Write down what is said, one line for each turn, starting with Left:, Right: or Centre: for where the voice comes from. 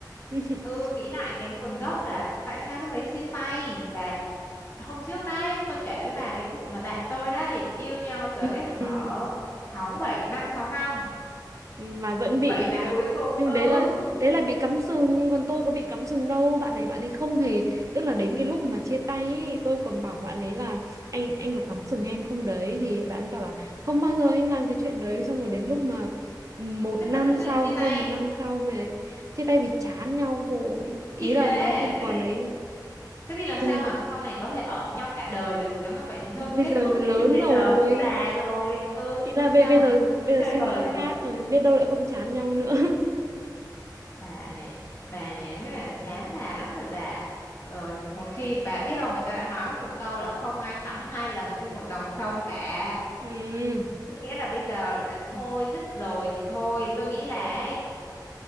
Right: <laughs>
Left: ừ nghĩ lại cái nguồn gốc là tại sao lúc đấy chia tay và hôm trước đấy tôi kể với bà cái vụ mà bạn tôi đấy yêu nhau tới
Right: Ừm,
Left: hở sáu bảy năm sáu năm
Right: mà vẫn bị
Left: vậy mà
Right: cắm...
Left: cuối cùng
Right: nhưng
Left: ừ
Right: mà đấy là đấy là bị cắm sừng còn tôi có bị cắm sừng đâu bạn này bạn ấy không hề tức là đến cái lúc mà chia tay ấy, tôi còn bảo bạn ấy là anh anh có cắm sừng em không đấy thì bạn ấy bảo là không bao giờ anh làm cái chuyện đấy xong rồi đến lúc mà một
Left: thế
Right: năm
Left: sao tự dưng
Right: sau
Left: lại chia
Right: hơn
Left: tay
Right: một năm sau mới ấy, chia tay vì chán nhau thôi ý
Left: thì thế
Right: là nó không
Left: thế
Right: còn
Left: thì
Right: đấy
Left: thế thì làm sao
Right: không
Left: mà sau này có thể ở với nhau cả đời được nếu mà vậy thì thôi
Right: thì bây
Left: kết
Right: giờ
Left: thúc
Right: lớn
Left: đi chứ bây
Right: rồi
Left: giờ cũng già rồi ừ
Right: ý là
Left: làm
Right: bây
Left: sao
Right: bây
Left: mà
Right: giờ
Left: cứ
Right: bây giờ
Left: chơi
Right: suy
Left: bời
Right: nghĩ
Left: được
Right: khác biết đâu lại không chán nhau nữa
Left: bà này bà này đúng là chán bà lắm rồi bà rồi một khi bà biết đâu người ta đã nói một câu là không ai tắm hai lần trên một dòng sông cả
Right: <laughs>
Left: tức nghĩa là bây giờ đã thôi
Right: ừ.
Left: dứt rồi thì thôi tôi nghĩ là ấy,